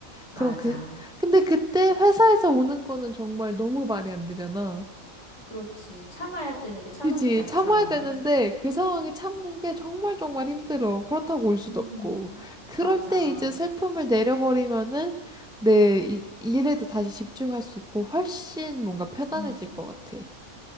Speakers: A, on the left (about 50°); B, in the centre.
A: 맞아.
B: 그럼 그, 근데 그때 회사에서 우는 거는 정말 너무 말이 안 되잖아.
A: 그렇지. 참아야 되는데 참아지지
B: 그지.
A: 않잖아.
B: 참아야 되는데 그 상황에 참는 게 정말 정말 힘들어. 그렇다고 올 수도
A: 음,
B: 없고. 그럴
A: 맞아.
B: 때 이제 슬픔을 내려버리면은 내 이- 일에도 다시 집중할 수 있고 훨씬 뭔가 편안해질
A: 음.
B: 것 같아.